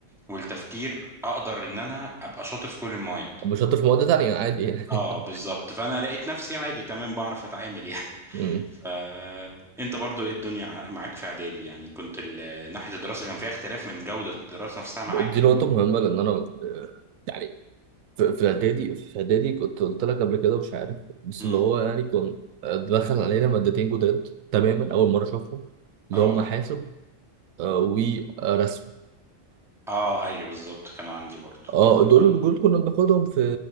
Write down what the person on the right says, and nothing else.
طب مش شاطر في مواد تانية عادي يعني
<laughs>
مم.
دي نقطة مهمة لأن أنا آه، يعني في في إعدادي في إعدادي كنت قلت لك قبل كده مش عارف بس
اللي هو يعني كان آه، دخل علينا مادتين جداد تماما أول مرة أشوفهم اللي
هم حاسب آه، ورسم
اه
دول
دول كنا بناخدهم في